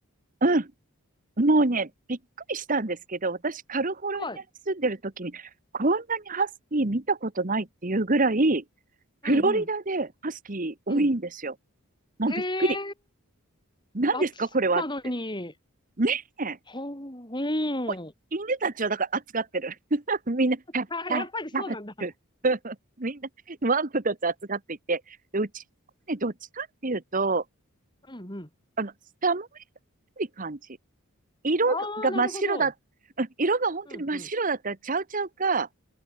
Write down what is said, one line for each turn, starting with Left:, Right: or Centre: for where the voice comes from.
Right: うん。もうね、びっくりしたんですけど、私、カリフォルニアに住んでる時に、
Left: はい
Right: こんなにハスキー見たことないっていうぐらい、フロリダでハスキー多いんですよ。
Left: うんうん。うん。
Right: もうびっくり。
Left: へえ、
Right: 何ですか、
Left: 暑そうなのに。
Right: これはって。ねえ。
Left: ほう、うん。
Right: こう犬たちはだから扱ってる。<laughs> みんな、はっはっはっって
Left: あ、やっぱりそうなんだ。
Right: <laughs> みんな、ワンプたち扱っていて、でうちの子ね、どっちかっていうと、
Left: うんうん。
Right: あの、下もい感じ。色が真っ白だ、
Left: ああ、なるほど。
Right: うん色が本当に真っ白だったらちゃうちゃうか、
Left: うんうん。